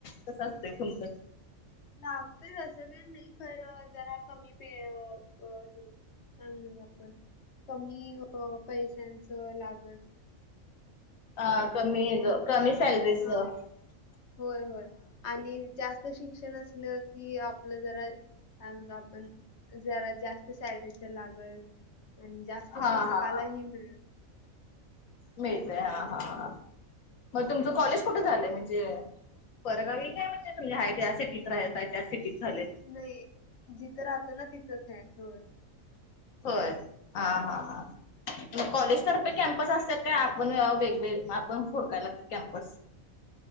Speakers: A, on the left; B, on the left.
A: कस असतंय खुमचं.
B: लागत असं काही नाही खर जरा कमी पेळ हे. आपण कमी पैशांचं लाग.
A: हा कमी
B: मग
A: कमी
B: मास
A: सॅलरीज.
B: हा
A: <unintelligible>
B: होय होय आणि जास्त शिक्षण असलं की आपलं जरा त्या आपण जरा जास्त सॅलरीच लागल. आणि जास्त
A: हा
B: शिकायलाही
A: हा
B: मिळेल.
A: मिळतय हा हा.
B: <inaudible>
A: हा
B: होय.
A: मग तुमचं कॉलेज कुठं झालंय म्हणजे? परगावी काय म्हणजे तय त्या सिटीत राहताय त्या सिटीत झाले.
B: नाही जिथं राहतो ना तिथंच आहे हो.
A: होय हा हा मग कॉलेजतर्फे
B: असं आहे.
A: कॅम्पस असतात. ते आपण वेगवेग आपण फोडकाय लागत कॅम्पस.